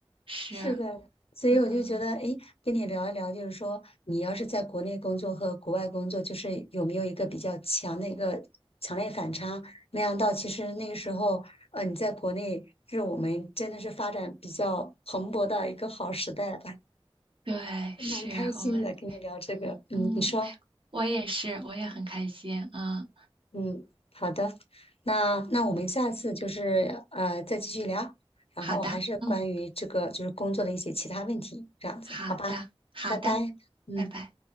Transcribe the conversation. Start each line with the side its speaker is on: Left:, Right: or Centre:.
Right: 是，
Left: 是的，所以我就觉得，
Right: 嗯，
Left: 哎，跟你聊一聊，就是说，你要是在国内工作和国外工作，就是有没有一个比较强的一个强烈反差？没想到，其实那个时候，呃，你在国内是我们真的是发展比较蓬勃的一个好时代吧，
Right: 对，
Left: 蛮开心的，
Right: 是我们，
Left: 跟你聊这个。嗯，
Right: 嗯，
Left: 你说。
Right: 我也是，我也很开心。嗯，
Left: 嗯，好的，那那我们下次就是呃再继续聊，然后还是关于这个就是工作的一些其他问题，
Right: 好的。嗯。
Left: 这样子，
Right: 好的，
Left: 好吧？
Right: 好的，
Left: 拜拜，嗯。
Right: 拜拜。